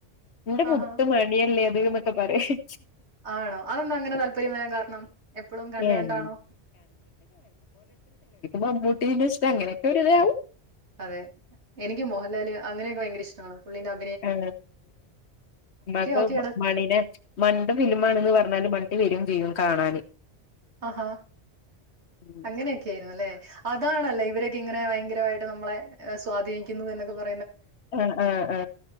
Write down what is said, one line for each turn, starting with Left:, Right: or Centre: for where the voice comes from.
Left: എന്റെ
Right: ആഹാ
Left: മുത്ത് മണിയല്ലേ അത്. ന്നൊക്കെ പറയും.
Right: ആണോ അതെന്താ അങ്ങനെ താല്പര്യം വരാൻ കാരണം എപ്പോഴും കണ്ട്
Left: എൻ
Right: കണ്ടാണോ
Left: മമ്മൂട്ടീ ഇഷ്ടാ അങ്ങനൊക്കെ ഒരുരിരാവു.
Right: അതെ എനിക്ക് മോഹൻലാല് അങ്ങനെയൊക്കെ ഭയങ്കര ഇഷ്ടമാണ് പുള്ളിന്റെ അ
Left: ആ നക്ക്
Right: ഓക്കെയാണ്
Left: മണിനെ മണിന്റെ ഫിലിം
Right: ഉം.
Left: ആണന്ന് പറഞ്ഞാല്. <unintelligible> വരും ചെയ്യും കാണൻ
Right: ആഹാ
Left: ഉം
Right: അങ്ങനെയൊക്കെ ആായിരുന്നല്ലേ അതാണല്ല ഇവരൊക്കെ ഇങ്ങനെ ഓ ഭയങ്കരമായിട്ട് നമ്മളെ സ്വാധീനിക്കുന്നു എന്നൊക്കെ പാ
Left: ആ ആ ആ